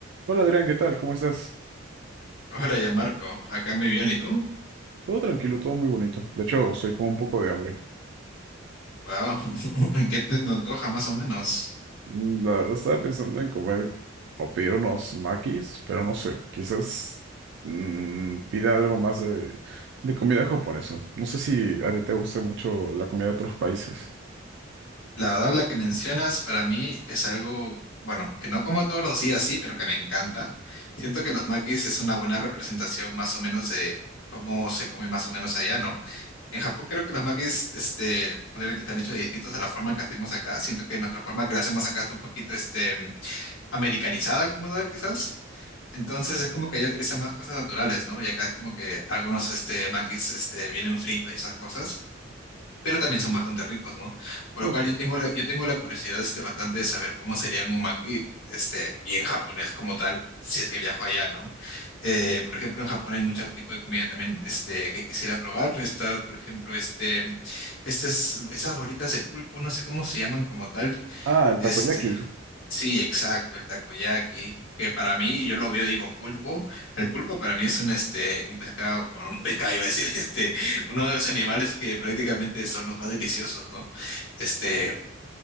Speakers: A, on the right (about 60°); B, on the left (about 65°).
A: Hola Adrián, ¿qué tal? ¿Cómo estás?
B: Hola, ya Marco, acá muy bien, ¿y tú?
A: Todo tranquilo, todo muy bonito. De hecho, estoy con un poco de hambre.
B: Wow, <laughs> ¿en qué te antoja más o menos?
A: Mm, La verdad estaba pensando en comer o pedir unos makis, pero no sé, quizás mm, pida algo más de, de comida japonesa. No sé si a ti te gusta mucho la comida de otros países.
B: La verdad, la que mencionas para mí es algo, bueno, que no como todos los días, sí, pero que me encanta. Siento que los makis es una buena representación más o menos de cómo se come más o menos allá, ¿no? En Japón creo que los makis, este, obviamente están hechos distintos a la forma que hacemos acá. Siento que nuestra forma que la hacemos acá está un poquito, este, americanizada como tal, quizás. Entonces es como que allá utilizan más cosas naturales, ¿no? Y acá es como que algunos este, maquis este, vienen fritos y esas cosas, pero también son bastante ricos, ¿no? Por lo
A: No
B: cual
A: sé.
B: yo tengo la, yo tengo la curiosidad este, bastante de saber cómo serían un maki este, bien japonés como tal, si es que viajo allá, ¿no? Eh, por ejemplo, en Japón hay mucho tipo de comida también este, que quisiera probar. Está, por ejemplo, este, estas esas bolitas de pulpo, no sé cómo se llaman como tal.
A: Ah, el
B: Este,
A: takoyaki.
B: Sí, exacto, el takoyaki, que para mí, yo lo veo, digo pulpo, el pulpo para mí es un, este, un pescado, bueno, un pescado, <laughs> iba a decir, <laughs> este, uno de los animales que prácticamente son los más deliciosos, ¿no? Este,
A: Claro.